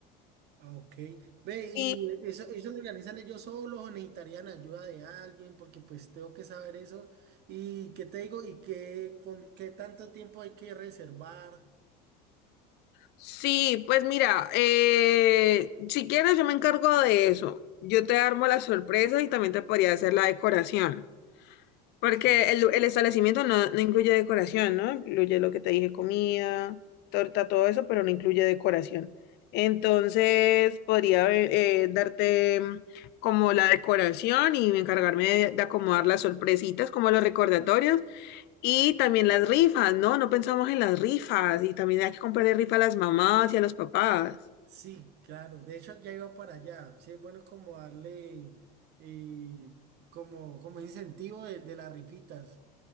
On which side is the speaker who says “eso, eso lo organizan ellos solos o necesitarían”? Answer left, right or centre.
Right